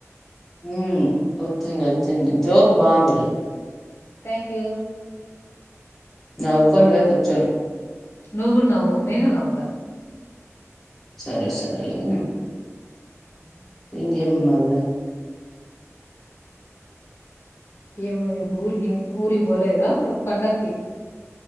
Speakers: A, in the centre; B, on the left.
A: ఉ వచ్చింది వచ్చింది జోక్ బాగుంది లే
B: థ్యాంక్ యూ
A: వుకో నువ్వో పిచ్చోనివి
B: నువ్వు గూడ నవ్వు నేను గూడ నవ్వుతా
A: సరే సరే లే
B: అ
A: ఇంగే మ్మళ్లే
B: ఏం ఊరుకి ఊరుకి పోలేదా పండకి